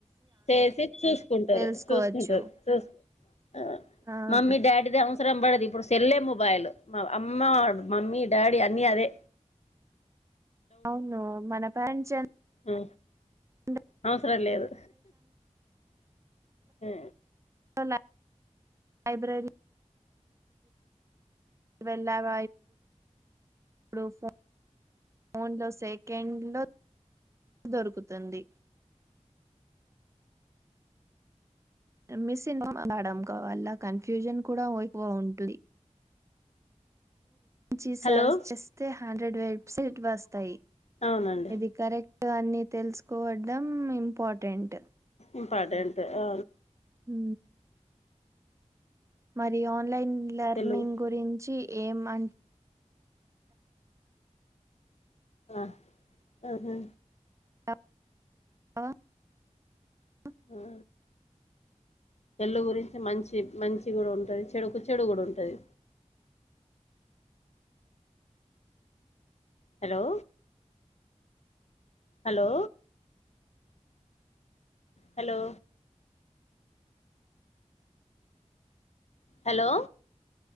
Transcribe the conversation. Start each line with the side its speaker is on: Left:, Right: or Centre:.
Left: చేసి చూస్కుంటరు
Right: తెలుసుకోవచ్చు
Left: చూస్కుంటరు చూస్ అ
Right: అవును
Left: మమ్మీ డాడీ ద అ అవసరం పడదు ఇప్పుడు సెల్లే మొబైల్లు మా అమ్మ మమ్మీ డాడీ అన్ని అదే
Right: ఔను మన పేరెంట్స్
Left: అ
Right: జనరేషన్
Left: అవసరం లేదు హు
Right: ల లైబ్రరీ వెల్లావ <unintelligible> ఫోన్ లో సెకండ్ లో దొరుకుతుంది
Left: అ
Right: మిస్న్ మడం కావల్ల కన్ఫ్యూజన్ కూడా ఎక్కువ ఉంటది జీ సార్
Left: హలో
Right: చేస్తే హండ్రెడ్ వెబ్ సైట్ వస్తాయి
Left: అవునండి
Right: ఇది కరెక్ట్ అని తెలుస్కోవడం ఇంపార్టెంట్
Left: ఇంపార్టెంట్ ఆ
Right: ఉ మరి ఆన్లైన్ లర్నింగ్
Left: తెలుగు
Right: గురించి ఏం అన్
Left: ఆ ఆహా
Right: అ అ
Left: ఆ చెల్లు గురించి మంచి మంచి కూడా ఉంటది చెడుకు చెడు కూడా ఉంటది హలో హలో హలో హలో